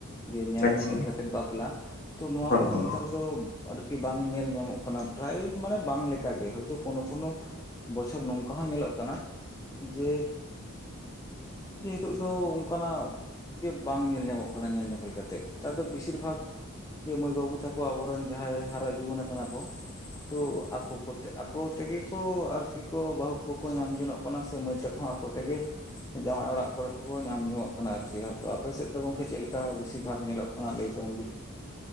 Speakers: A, on the left; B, on the left.
A: ᱡᱮ ᱧᱮᱞ
B: ᱟᱪᱪᱷᱟ
A: ᱧᱮᱯᱮᱞ ᱠᱟᱛᱮᱜ ᱵᱟᱯᱞᱟ ᱛᱚ ᱱᱚᱣᱟ
B: ᱦᱳᱭ
A: ᱠᱚᱫᱚ
B: ᱦᱳᱭ
A: ᱦᱮᱛᱟᱨ ᱫᱚ ᱟᱨᱠᱤ ᱵᱟᱝ ᱧᱮᱞ ᱧᱟᱢᱚᱜ ᱠᱟᱱᱟ᱾ ᱯᱨᱟᱭ ᱢᱟᱱᱮ ᱵᱟᱝ ᱞᱮᱠᱟᱜᱮ ᱦᱚᱭᱛᱳ ᱠᱚᱱᱚ ᱠᱚᱱᱚ ᱵᱚᱪᱷᱚᱨ ᱱᱚᱝᱠᱟ ᱦᱚᱸ ᱧᱮᱞᱚᱜ ᱠᱟᱱᱟ ᱡᱮ, ᱡᱮ ᱦᱤᱛᱚᱜ ᱫᱚ ᱚᱱᱠᱟᱱᱟᱜ ᱡᱮ ᱵᱟᱝ ᱧᱮᱞ ᱧᱟᱢᱚᱜ ᱠᱟᱱᱟ ᱧᱮᱞ ᱧᱮᱯᱮᱞ ᱠᱟᱛᱮᱫ᱾ ᱦᱮᱛᱟᱨᱫᱚ ᱵᱮᱥᱤᱨ ᱵᱷᱟᱜ ᱜᱮ ᱢᱟᱹᱭ ᱵᱟᱹᱵᱩ ᱛᱟᱠᱚ ᱟᱵᱚᱨᱮᱱ ᱡᱟᱦᱟᱸᱭ ᱦᱟᱨᱟ ᱡᱩᱣᱟᱹᱱ ᱟᱠᱟᱱᱟ ᱠᱚ, ᱛᱚ ᱟᱠᱚ ᱠᱚᱛᱮ ᱟᱠᱚ ᱛᱮᱜᱮ ᱠᱚ ᱟᱨᱠᱤ ᱠᱚ ᱵᱟᱹᱦᱩ ᱠᱚᱠᱚ ᱧᱟᱢ ᱡᱚᱱᱚᱜ ᱠᱟᱱᱟ ᱥᱮ ᱢᱟᱹᱭ ᱛᱟᱠᱚ ᱦᱚᱸ ᱟᱠᱚ ᱛᱮᱜᱮ᱾ ᱡᱟᱶᱟᱭ ᱚᱲᱟᱜ ᱠᱚᱨᱮ ᱠᱚ ᱧᱟᱢ ᱧᱚᱝᱚᱜ ᱠᱟᱱᱟ ᱟᱨᱠᱤ᱾ ᱟᱨ ᱟᱯᱮ ᱥᱮᱫ ᱫᱚ ᱜᱚᱝᱠᱮ ᱪᱮᱫᱞᱮᱠᱟ ᱵᱮᱥᱤᱨ ᱵᱷᱟᱜ ᱧᱮᱞᱚᱜ ᱠᱟᱱᱟ? ᱚᱱᱟ ᱞᱟᱹᱭ ᱛᱟᱵᱚᱱ ᱵᱤᱱ᱾